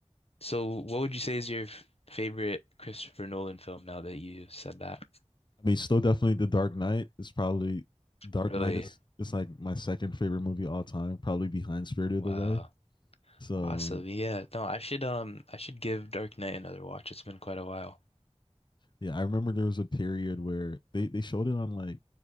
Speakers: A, on the left; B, on the left.
A: so what would you say is your f- favorite Christopher Nolan film now that you said that
B: I mean, still definitely The Dark Knight is probably Dark
A: really
B: Knight is is like my second favorite movie all time, probably behind Spirited
A: wow
B: Away. So
A: awesome yeah no I should um I should give Dark Knight another watch it's been quite a while
B: yeah, I remember there was a period where they they showed it on like